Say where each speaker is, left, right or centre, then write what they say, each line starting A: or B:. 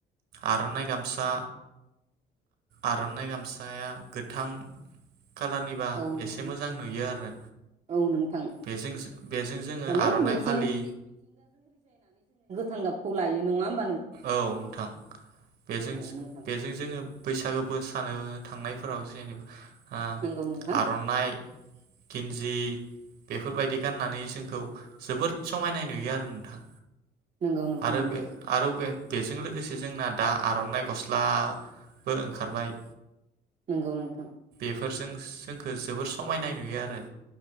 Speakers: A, on the right (about 70°); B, on the right (about 45°).
A: आर'नाइ गामसा आर'नाइ गामसाया गोथां कालारनिबा
B: औ नोंथां
A: एसे मोजां नुयो आरो
B: औ नोंथां
A: बेजों बेजों जोङो
B: माने
A: आर'नाइ
B: मिथिं
A: फालि
B: थां गाबखौ लायो नङा होनबा
A: औ नोंथां बेजों
B: औ नोंथां
A: बेजों जोङो बैसागो बोसानो थांनायफोराव जेनेबा आ
B: नंगौ नोंथां
A: आर'नाइ गिन्जि बेफोरबायदि गाननानै जोंखौ जोबोद समायनाय नुयो आरो नोंथां
B: नंगौ नोंथां
A: आरो
B: नंगौ
A: बे आरो बे बेजों लोगोसे जोंना दा आर'नाइ गस्लाबो ओंखारबाय
B: नोंगौ नोंथां
A: बेफोरजों जोंखौ जोबोर समायनाय नुयो आरो